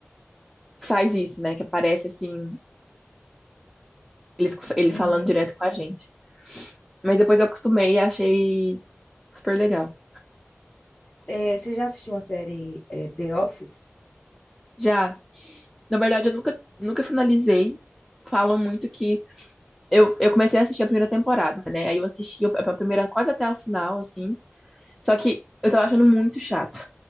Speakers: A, in the centre; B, on the left.
A: faz isso, né? Que aparece assim, eles, ele
B: Uhum.
A: falando direto com a gente. Mas depois eu acostumei e achei super legal.
B: É, você já assistiu uma série, é, The Office?
A: Já, na verdade, eu nunca, nunca finalizei. Falam muito que. Eu, eu comecei a assistir a primeira temporada, né? Aí eu assisti a primeira quase até o final, assim. Só que eu tava achando muito chato.